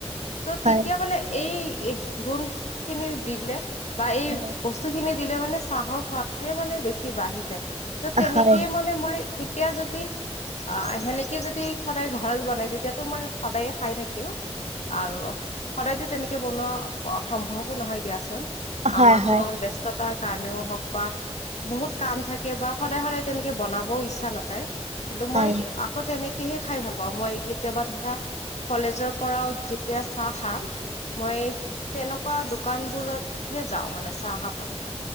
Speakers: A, on the left (about 80°); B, on the right (about 75°).
A: ত'
B: হয়
A: তেতিয়া মানে এই গুণখিনি দিলে বা এই
B: হয়
A: বস্তু খিনি দিলে মানে চাহৰ সোৱাদটোয়ে মানে বেছি বাঢ়ি যায়। ত' তেনেকেই
B: হয়
A: মানে মই তেতিয়া যদি অ', সেনেকে যদি সদায় ঘৰত বনাই তেতিয়াতো মই সদায়ে খাই থাকিম। আৰু সদায়তো তেনেকে বনোৱা সম্ভৱো নহয় দিয়াচোন। আ',
B: হয়
A: মানুহৰ
B: হয়
A: ব্যস্ততাৰ কাৰণেও হওক বা কাম থাকে বা সদায় তেনেকে বনাবও ইচ্ছা নাযায়। কিন্তু,
B: হয়
A: মই আ আ', তেনেকেহে খাই ভাল পাওঁ। মই, কেতিয়াবা ধৰা কলেজৰ পৰাও যেতিয়া চাহ খাম মই তেনেকুৱা দোকান বোৰতহে যাওঁ মানে চাহ খাবলৈ।